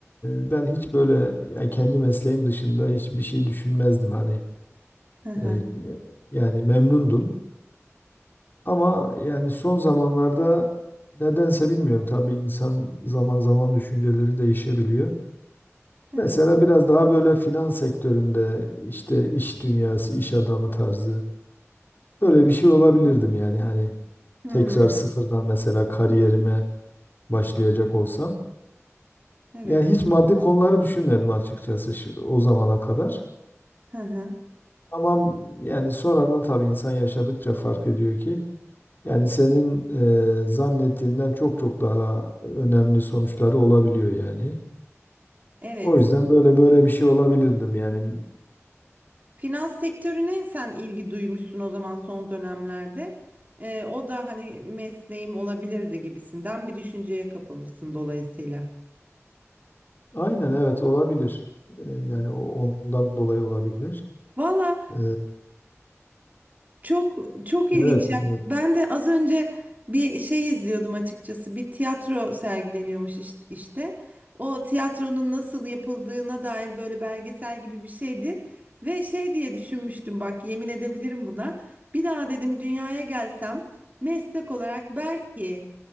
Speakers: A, on the left; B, on the right.
A: e, ben hiç böyle yani kendi mesleğim dışında hiçbir şey düşünmezdim hani
B: Hı hı.
A: E, yani memnundum. Ama yani son zamanlarda nedense bilmiyorum tabii insan zaman zaman düşünceleri değişebiliyor.
B: Evet.
A: Mesela biraz daha böyle finans sektöründe işte iş dünyası, iş adamı tarzı böyle bir şey olabilirdim yani hani
B: Hmm.
A: tekrar sıfırdan mesela kariyerime başlayacak olsam.
B: Evet.
A: Yani hiç maddi konuları düşünmedim açıkçası şu- o zamana kadar.
B: Hı hı.
A: Ama yani sonradan tabii insan yaşadıkça fark ediyor ki Yani senin e, zannettiğinden çok çok daha önemli sonuçları olabiliyor yani.
B: Evet.
A: O yüzden böyle böyle bir şey olabilirdim yani.
B: Finans sektörüne sen ilgi duymuşsun o zaman son dönemlerde. Ee, o da hani mesleğim olabilirdi gibisinden bir düşünceye kapılmışsın dolayısıyla.
A: Aynen evet olabilir. E, yani o ondan dolayı olabilir.
B: Valla
A: E,
B: Çok çok
A: evet
B: ilginç.
A: dinliyorum.
B: Yani ben de az önce bir şey izliyordum açıkçası. Bir tiyatro sergileniyormuş iş- işte. O tiyatronun nasıl yapıldığına dair böyle belgesel gibi bir şeydi. Ve şey diye düşünmüştüm bak yemin edebilirim buna. Bir daha dedim dünyaya gelsem meslek olarak belki